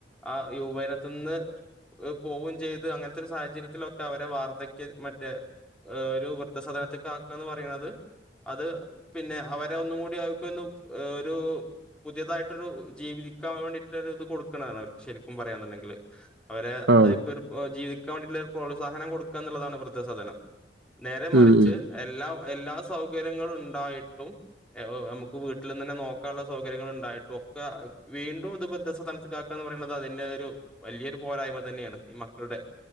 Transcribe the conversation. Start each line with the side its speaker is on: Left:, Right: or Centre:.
Centre: ആഹ് യൗവനത്തിന്ന് അത് പോവും ചെയ്ത് അങ്ങനത്തെരു സാഹചര്യത്തിലൊക്കെ അവരെ വാർദ്ധക്ക് മറ്റേ ഏഹ് ഒരു വൃദ്ധ സാദനത്ത് ക്ക് ആക്കാന്ന് പറയ്ണത് അത് പിന്നെ അവരെ ഒന്നും കൂടി അത്ക്കൊന്ന് ഒരു പുതിയതായിട്ടൊരു ജീവിതിക്കാൻ വേണ്ടിയിട്ടൊരു ഇത് കൊടുക്കണതാണ് അവർക്ക് ശരിക്കും പറയാന്ന് ണ്ടെങ്കില് അവരെ
Right: ആഹ്
Centre: അയ്ക്കൊരു പോ ജീവിക്കാൻ വേണ്ടിയ്ട്ട്ള്ള ഒരു പ്രോത്സാഹനം കൊടുക്കാന്ന്ള്ളതാണ് വൃദ്ധ സദനം. നേരെ മറിച്ച്
Right: ഉം ഉം
Centre: എല്ലാ എല്ലാ സൗകര്യങ്ങളും ഉണ്ടായിട്ടും ഏഹ് നമുക്ക് വീട്ടില്ന്നന്നെ നോക്കാള്ള സൗകര്യങ്ങള് ഇണ്ടായിട്ടും ഒക്കെ വീണ്ടും ഇത് വൃദ്ധസദനത്ത്ക്ക് ആക്കാന്ന് പറയ്ണത് അതിന്റെ ഒരു വല്യേ ഒര് പോരാ യ്മ തന്നേണ് ഈ മക്കൾടെ